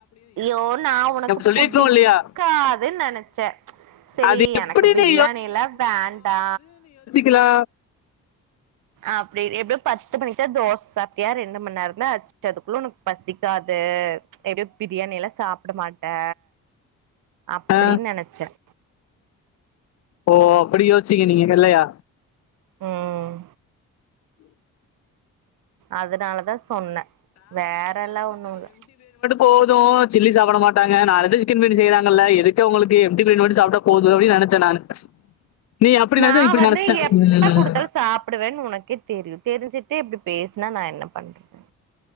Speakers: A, on the right; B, on the left.
A: ஐயோ நான் உனக்கு
B: சொல்லியிருக்கணும்
A: புடிக்காதுன்னு
B: இல்லையா?
A: நினைச்சேன் சரி
B: அது எப்படி
A: எனக்கு பிரியாணில
B: நீ
A: வேண்டா
B: கிலா
A: அப்படி எப்படியோ பத்து மணிக்கு தா தோசை அப்படியா ரெண்டு மணி நேரம அச்சதுக்குள்ள உனக்கு பசிக்காது எப்படிய பிரியாணி எல்லாம் சாப்பட மாட்ட அப்படின்னு
B: ஆ
A: நெனைச்சேன்
B: ஓ அப்படி யோ சீங்க நீங்க வெள்ளையா
A: உம் அதனாலதான் சொன்ன வேற எல்லாம் ஒண்ணுல
B: போதும் சில்லி சாப்பிட மாட்டாங்க நான் ஆல்ரெடி சிக்கன் பிரியாணி செய்யறாங்கல்ல எதுக்கு அவங்களுக்கு எம்டி பிரியாணி சாப்டா போது அப்டின்னு நெனைச்சேன் நானு நீ அப்படி
A: நான்
B: நினைச்சா இப்படி
A: வந்து
B: நினைச்சிட்டேன்
A: எப்ப
B: ம்.
A: கொடுத்தாலும் சாப்பிடுவேன்னு உனக்கே தெரியும் தெரிஞ்சுட்டு இப்படி பேச என்ன நான் என்ன பண்றது